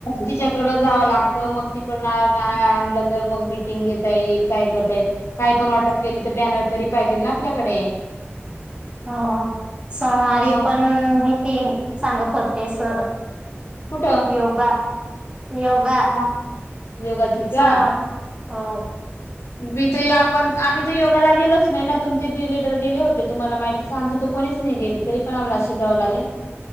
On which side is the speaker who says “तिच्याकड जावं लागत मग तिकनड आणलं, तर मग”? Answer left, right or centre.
Left